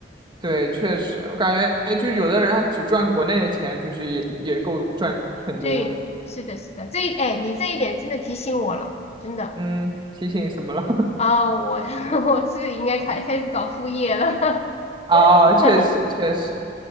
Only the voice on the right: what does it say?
对，确实，我感觉就是有的人他只赚国内的钱，就是也也够赚很多了，
嗯，提醒什么了？
<laughs> 啊，确实确实。